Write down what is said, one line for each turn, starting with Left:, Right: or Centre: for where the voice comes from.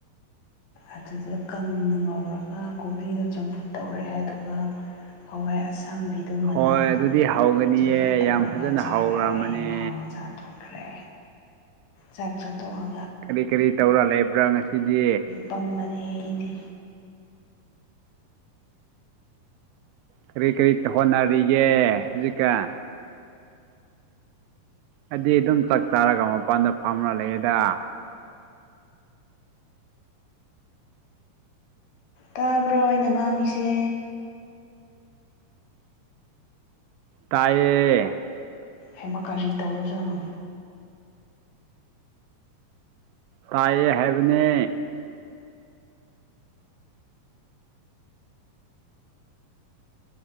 Left: ꯑꯗꯨꯗꯣ ꯀꯪꯅ ꯉꯧꯔꯒ ꯀꯣꯕꯤꯗꯣ ꯆꯝꯐꯨꯠ ꯇꯧꯔꯦ ꯑꯗꯨꯒ ꯍꯋꯥꯏ ꯑꯁꯥꯡꯕꯤ ꯃꯅꯥꯗꯨꯒ
Right: ꯍꯣꯏ ꯑꯗꯨꯗꯤ ꯍꯧꯒꯅꯤꯌꯦ
Left: ꯆꯝꯐꯨꯠ ꯇꯧꯔꯒ
Right: ꯌꯥꯝ ꯐꯖꯅ
Left: ꯆꯥꯔꯦ
Right: ꯍꯧꯔꯝꯃꯅꯦ
Left: ꯌꯥꯝ ꯍꯥꯎꯅ ꯆꯥꯊꯣꯛꯈ꯭ꯔꯦ ꯆꯥꯛ ꯆꯥꯊꯣꯛꯑꯣ
Right: ꯀꯔꯤ ꯀꯔꯤ ꯇꯧꯔ ꯂꯩꯕ꯭ꯔꯥ ꯉꯁꯤꯗꯤ
Left: ꯇꯨꯝꯕꯅꯦ ꯑꯩꯗꯤ
Right: ꯀꯔꯤ ꯀꯔꯤ ꯇꯧ ꯍꯣꯠꯅꯔꯤꯒꯦ ꯍꯧꯖꯤꯛꯀꯥꯟ ꯑꯩꯗꯤ ꯑꯗꯨꯝ ꯆꯥꯛ ꯆꯥꯔꯒ ꯃꯄꯥꯟꯗ ꯐꯝꯔꯥ ꯂꯩꯌꯦꯗ
Left: ꯇꯥꯕ꯭ꯔꯣ ꯑꯩꯅ ꯉꯥꯡꯉꯤꯁꯦ
Right: ꯇꯥꯌꯦ
Left: ꯍꯩꯃꯥ ꯀꯔꯤ ꯇꯧꯔꯖꯥꯠꯅꯣ
Right: ꯇꯥꯏꯌꯦ ꯍꯥꯏꯕꯅꯦ